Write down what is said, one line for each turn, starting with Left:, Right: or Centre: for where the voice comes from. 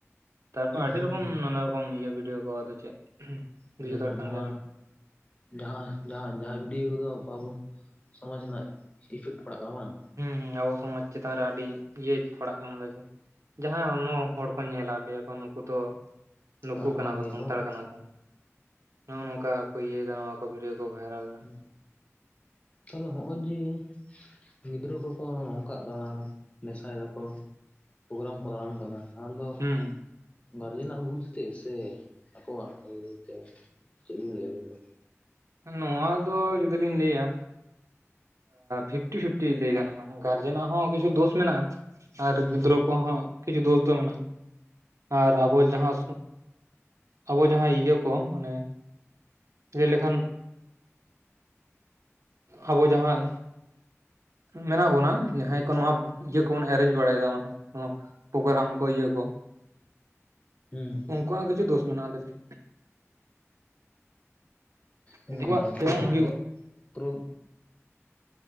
Right: ᱛᱟᱨᱯᱚᱨ ᱟᱹᱰᱤ
Left: ᱦᱩᱸ
Right: ᱨᱚᱠᱚᱢ ᱱᱟᱱᱟ ᱨᱚᱠᱚᱢ ᱤᱭᱟᱹ ᱵᱷᱤᱰᱭᱳ ᱠᱚ ᱟᱫᱚ ᱪᱮᱫ
Left: ᱢᱟᱱᱮ
Right: ᱵᱩᱡᱷᱟᱹᱣ ᱫᱟᱲᱮᱭᱟᱜ
Left: ᱱᱚ
Right: ᱠᱟᱱ
Left: ᱱᱚᱣᱟ
Right: ᱜᱮᱭᱟᱵᱤᱱ
Left: ᱡᱟᱦᱟᱸ ᱡᱟᱦᱟᱸ ᱵᱷᱤᱰᱭᱳ ᱠᱚᱫᱚ ᱟᱵᱚ ᱥᱚᱢᱟᱡᱽ ᱨᱮᱱᱟᱜ ᱤᱯᱷᱮᱠᱴ ᱯᱟᱲᱟᱜ ᱠᱟᱱᱟ ᱵᱟᱝ
Right: ᱦᱩᱸ ᱦᱩᱸ ᱟᱵᱚ ᱥᱚᱢᱟᱡᱽ ᱪᱮᱛᱟᱱ ᱨᱮ ᱟᱹᱰᱤ ᱤᱭᱟᱹ ᱯᱟᱲᱟᱜ ᱠᱟᱱᱟ ᱡᱮ ᱡᱟᱦᱟᱸ ᱚᱱᱱᱚ ᱦᱚᱲ ᱠᱚ ᱧᱮᱞᱟ ᱞᱟᱹᱭᱟᱠᱚ ᱱᱩᱠᱩ ᱫᱚ ᱱᱩᱠᱩ
Left: ᱱᱚᱜᱼᱚ ᱱᱚᱝᱠᱟᱱ
Right: ᱠᱟᱱᱟ ᱠᱚ
Left: ᱜᱮᱭᱟ
Right: ᱥᱟᱱᱛᱟᱲ
Left: ᱵᱟᱝ
Right: ᱠᱟᱱᱟ ᱠᱚ ᱱᱚᱜᱼᱚᱭ ᱱᱚᱝᱠᱟ ᱠᱚ ᱤᱭᱟᱹᱭᱮᱫᱟ ᱱᱚᱣᱟ ᱠᱚ ᱵᱷᱤᱰᱭᱳ ᱠᱚ ᱵᱷᱟᱭᱨᱟᱞ
Left: ᱦᱩᱸ
Right: <inaudible>
Left: ᱛᱟᱦᱚᱞᱮ ᱦᱚᱜᱼᱚᱭ ᱡᱮ ᱜᱤᱫᱽᱨᱟᱹ ᱠᱚᱠᱚ ᱱᱚᱝᱠᱟᱜ ᱠᱟᱱᱟ ᱱᱮᱥᱟᱭ ᱫᱟᱠᱚ ᱯᱨᱳᱜᱨᱟᱢ ᱠᱚ ᱫᱟᱬᱟᱱ ᱠᱟᱱᱟ ᱟᱸᱫᱚ
Right: ᱦᱩᱸ
Left: ᱜᱟᱨᱡᱮᱱᱟᱜ ᱵᱷᱩᱞ ᱛᱮ ᱥᱮ ᱟᱠᱚᱣᱟᱜ ᱤᱭᱟᱹ ᱛᱮ ᱪᱮᱫ ᱵᱤᱱ ᱞᱟᱹᱭᱟ ᱟᱵᱮᱱ ᱫᱚ
Right: ᱱᱚᱣᱟ ᱫᱚ ᱡᱩᱫᱤ ᱞᱤᱧ ᱞᱟᱹᱭᱟ ᱯᱷᱤᱯᱴᱤ ᱯᱷᱤᱯᱴᱤ ᱞᱟᱹᱭ ᱜᱟᱱᱚᱜᱼᱟ ᱜᱟᱨᱡᱮᱱᱟᱜ ᱦᱚᱸ ᱠᱤᱪᱷᱩ ᱫᱳᱥ ᱢᱮᱱᱟᱜᱼᱟ ᱟᱨ
Left: ᱦᱩᱸ
Right: ᱜᱤᱫᱽᱨᱟᱹ ᱠᱚᱦᱚᱸ ᱠᱤᱪᱷᱩ ᱫᱳᱥ ᱫᱚ ᱢᱮᱱᱟᱜᱼᱟ ᱟᱨ ᱟᱵᱚ ᱡᱟᱦᱟᱸ ᱟᱵᱚ ᱡᱟᱦᱟᱸ ᱤᱭᱟᱹ ᱠᱚ ᱢᱟᱱᱮ ᱞᱟᱹᱭ ᱞᱮᱠᱷᱟᱱ ᱟᱵᱚ ᱡᱟᱦᱟᱸ ᱢᱮᱱᱟᱜ ᱵᱚᱱᱟ ᱡᱟᱦᱟᱸᱭ ᱠᱚ ᱱᱚᱣᱟ ᱤᱭᱟᱹ ᱠᱚᱵᱚᱱ ᱮᱨᱮᱧᱡᱽ ᱵᱟᱲᱟᱭ ᱮᱫᱟ ᱢᱟᱱᱮ ᱯᱨᱳᱜᱨᱟᱢ ᱠᱚ ᱤᱭᱟᱹ ᱠᱚ᱾
Left: ᱦᱩᱸ
Right: ᱩᱱᱠᱩᱣᱟᱜ ᱦᱚᱸ ᱠᱤᱪᱷᱩ ᱫᱚᱥ ᱢᱮᱱᱟᱜᱼᱟ ᱯᱟᱪᱮᱫ᱾
Left: ᱦᱮᱸ
Right: ᱩᱱᱠᱩᱣᱟᱜ ᱡᱮᱢᱚᱱ
Left: ᱢᱟᱱᱮ
Right: ᱦᱩᱭᱩᱜᱼᱟ,
Left: <unintelligible>